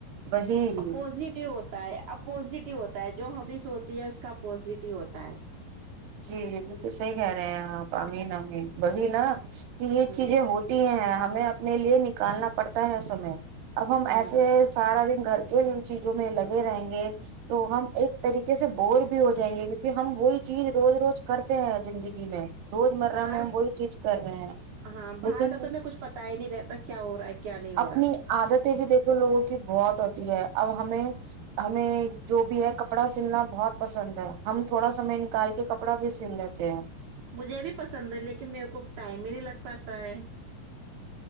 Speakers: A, on the right (about 80°); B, on the right (about 70°).
A: وہی
B: اپوزٹ ہی ہوتا ہے اپوزٹ۔ ہی ہوتا ہے جو ہبیز ہوتی ہے اس کا پزیٹیو ہوتا ہے۔
A: جی یہ بالکل صحیح کہہ رہے ہیں آپ امین امین وہی نا۔ کہ یہ
B: ہوں
A: چیزیں ہوتی ہیں۔ ہمیں اپنے لیے نکالنا پڑتا ہے سمے۔ اب ہم ایسے
B: ہوں
A: سارا دن۔ گھر کے چیزوں میں لگے رہیں گے تو ہم ایک طریقے سے بور بھی ہو جائیں گے کیونکہ ہم وہی چیز۔ روز روز کرتے ہیں زندگی میں۔ روزمرہ
B: باہر
A: میں ہم وہی چیز کر رہے ہیں
B: ہاں
A: لیکن
B: باہر کا تو میں کچھ پتا ہی نہیں رہتا کیا ہو رہا ہے کیا نہیں ہو
A: اپنی
B: رہا
A: عادتیں بھی دیکھو لوگوں کی بہت ہوتی اب ہمیں ہمیں جو بھی ہے کپڑا سلنا بہت پسند ہے ہم تھوڑا سمے نکال کے کپڑا بھی سل لیتے ہیں
B: مجھے بھی پسند ہے لیکن میرے کو ٹائم ہی نہیں لگ پاتا ہے